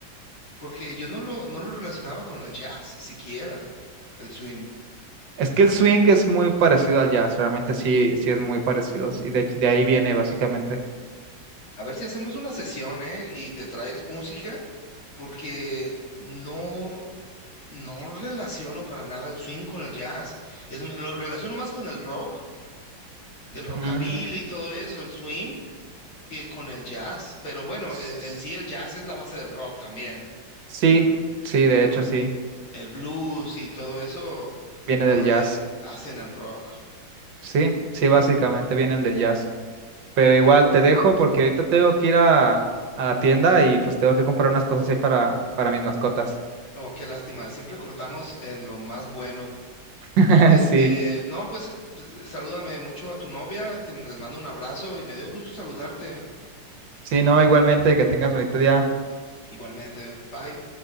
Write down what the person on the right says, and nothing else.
Es que el swing es muy parecido al jazz, realmente sí, sí es muy parecido, y de, de ahí viene básicamente.
Mm,
s-
sí, sí, de hecho sí,
viene
del jazz,
sí, sí, básicamente vienen del jazz. Pero igual te dejo porque ahorita tengo que ir a, a la tienda y pues tengo que comprar unas cosas ahí para, para mis mascotas.
<laughs>
Sí,
sí, no, igualmente que tengas bonito día.